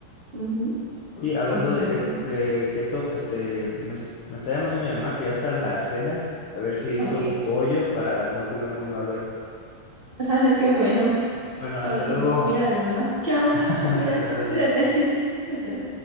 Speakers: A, on the right; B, on the left.
A: Ujú,
B: Oye, hablando
A: ¿Cómo me
B: de, que,
A: va?
B: de keto, este, me, es- me está llamando mi mamá que ya está la cena, a ver si hizo
A: Ok.
B: un pollo para no comer muy mal hoy.
A: <laughs> Qué bueno.
B: Bueno, hasta
A: Hoy sí,
B: luego.
A: la comida de la mamá. Chao,
B: <laughs> Hasta
A: te cuidas,
B: luego, Gina.
A: cuídate. <laughs> Chao.